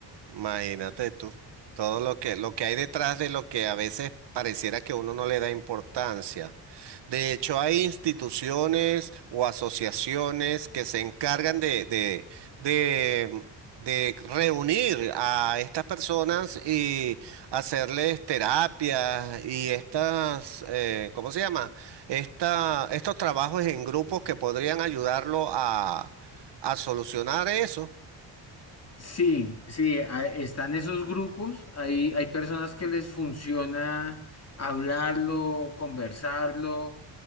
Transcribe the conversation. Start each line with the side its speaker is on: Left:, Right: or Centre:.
Right: Imagínate tú, todo lo que, lo que hay detrás de lo que a veces pareciera que uno no le da importancia. De hecho, hay instituciones o asociaciones que se encargan de, de, de, de reunir a estas personas y hacerles terapias y estas, eh, ¿cómo se llama? Esta, estos trabajos en grupos que podrían ayudarlo a, a solucionar eso.
Left: Sí, sí, a- están esos grupos, hay, hay personas que les funciona hablarlo, conversarlo,